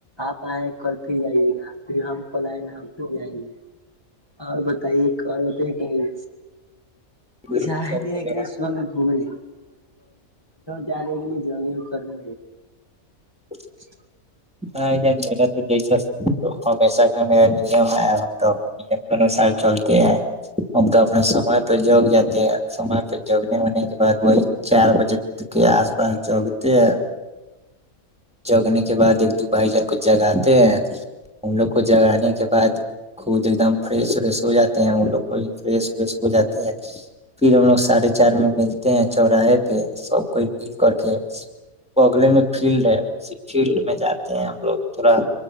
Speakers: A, on the left (about 20°); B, in the centre.
A: آپ آئے کل پھر آئیے گا پھر ہم کل آئیں گے ہم پھر جائیں گے اور بتائیے اور بتائیے کہیں
B: بالکل
A: جا
B: صحیح
A: ہے
B: بولے
A: کہ نہیں
B: گا
A: صبح میں گھومنے رہ جگے کرنا
B: <inaudible>
A: جیھ
B: ہاں میرا تو جیسا ہمیشہ کا میرا نیم ہے تو اپنے نیم کے انوسار چلتے ہیں ا تو اپنے سمے پہ جگ جاتے ہیں سمے پہ جگنے ہونے کے بع وہی چار بجے کے آس پاس جگتے ہیں جگنے کے بعد ایک دو بھائی جن کو جگاتے ہیں ان لوگ کو جگانے کے بعد خود ایک دم فریش وریش ہو جاتے ہیں ان لوگ کو بھی فریش وریش ہو جاتے ہیں پھر ہم لوگ ساھے چار میں ملتے ہیں چوراہے پہ سب کوئی مل کر کے بگلے میں فیلڈ ہے فیلڈ میں جاتے ہیں ہم لوگ تھوڑا